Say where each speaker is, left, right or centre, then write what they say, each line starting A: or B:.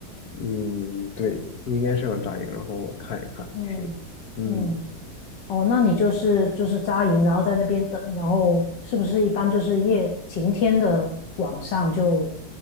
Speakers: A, on the left; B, on the left.
A: 嗯，对，应该是有扎营，然后看一看，
B: 嗯嗯。
A: 是，嗯，
B: 哦，那你就是就是扎营，然后在那边等，然后是不是一般就是夜晴天的晚上就